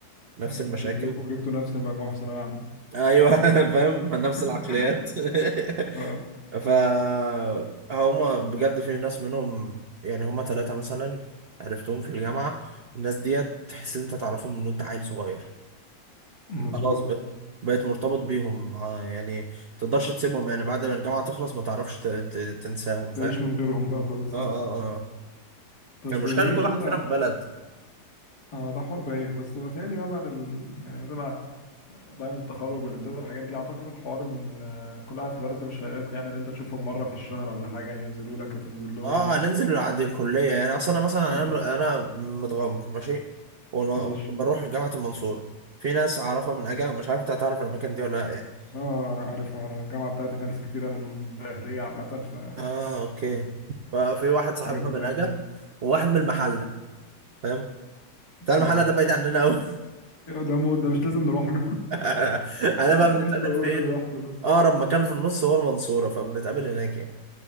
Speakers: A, on the right; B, on the left.
A: نفس
B: مم،
A: المشاكل
B: كلكم جبتوا نفس المجموعة في ثانوية عامة
A: ايوه <laughs> فاهم نفس
B: <laughs>
A: العقليات <laughs>
B: اه
A: فهما بجد في ناس منهم يعني هما ثلاثة مثلا عرفتهم في الجامعة الناس ديت تحس إن أنت تعرفهم من وأنت عيل صغير
B: مظبوط
A: خلاص بقيت بقيت مرتبط بيهم آه، يعني تقدرش تسيبهم يعني بعد ما الجامعة تخلص ما تعرفش ت- ت- تنساهم فاهم
B: بعيش من غيرهم بقى خلاص
A: اه اه
B: لا طب
A: اه المشكلة
B: ايش
A: إن كل واحد
B: اللي
A: فينا في بلد
B: اه ده حوار بايخ بس بتهيألي بقى بعد ال... يعني ما تبقى بعد التخرج والامتياز والحاجات دي اعتقد حوار ان آه، كل واحد في بلد ده مش هيق يعني ان انت تشوفهم مرة في الشهر ولا حاجة هينزلوا لك هتنزل لهم
A: اه هننزل عند الكلية يعني أصل أنا مثلا
B: آه،
A: أنا أنا متغمر ماشي وبروح
B: ماشي
A: جامعة المنصورة في ناس أعرفها من أجا مش عارف أنت هتعرف الأماكن دي ولا لأ يعني
B: اه انا عارف انا الجامعة بتاعتي فيها ناس كتيرة من الدقهلية عامة ف <laughs>
A: اه اوكي ففي واحد
B: الحاجات
A: صاحبنا
B: دي
A: من
B: مألوف
A: اجا وواحد من المحله فاهم بتاع المحله
B: ودي
A: ده بعيد عننا قوي
B: ده مو ده مش لازم نروح له
A: <laughs> انا
B: <laughs>
A: بقى
B: ده
A: بنتقابل
B: مش ضروري
A: فين
B: نروح له
A: اقرب مكان في النص هو المنصوره فبنتقابل هناك يعني